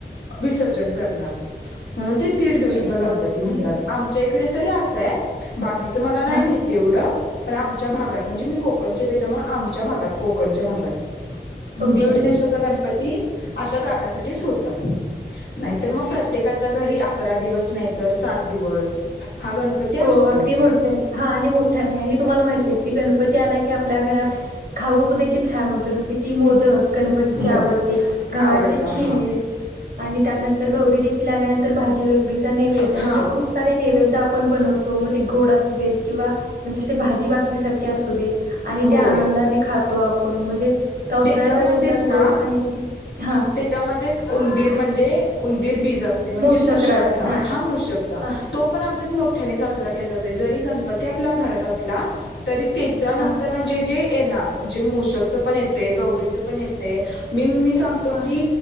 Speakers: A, on the left; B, on the right.
A: विसर्जन करणार. म्हणून ते दीड दिवसाचा
B: अरे वा
A: गणपती
B: म्हणजे
A: म्हणतात, आमच्या इकडे. तरी अस आहे बाकी. तिचं मला नाही
B: हा
A: माहिती, एवढं आमच्या भागात म्हणजे, मी कोकणची. त्याच्यामुळे आमच्या भागात कोक णच्या भागात
B: ओके
A: दीड दिवसाचा गणपती ती अशा कारणासाठी ठेवतात. नाहीतर मग प्रत्येकाच्या घरी अकरा दिवस, नाहीतर सात दिवस. हा गणपती असतोच
B: हो अगदी मोठ्यानी हा आणि मोठानी, आणि तुम्हाला माहित आहे. की गणपती आप. आपल्या घरात खाऊ उपदेखील छान बनतोय, जस की मोदक गणपतीचे
A: मोद
B: आवडते, गव्हाचे
A: आवडता
B: खीर,
A: हा
B: आणि त्यानंतर गौरी देखील आल्यानंतर भाजी वकरीचा नैवेद्य,
A: हा
B: म्हणजे खूप सारे नैवेद. बनवतो मग ते गोड असू देत, किंवा म्हणजे भाजी बाकरी सारखे असू देत. आणि
A: होय
B: त्या आनंदाने खातो आप पण माझे. पावसाळ्याच्या
A: त्याच्यामध्येच
B: दिवसात
A: ना
B: गोड खाण्याची. हां,
A: त्याच्यामध्येच उंदीर म्हणजे उंदीर बी म्हणजे
B: मूळ
A: मुकाचा
B: शकराज हां,
A: हा मुशकचा
B: हां,
A: तो पण आमच्यात मोठ्याने साजरा केला जातोय, जरी गणपती. आपला घरात असला तरी. त्याच्या नंतर
B: हां,
A: ना जे जे. येणार म्हणजे मषकच पण येते, गौरीच पण येते, मी मी. तो
B: हां,
A: की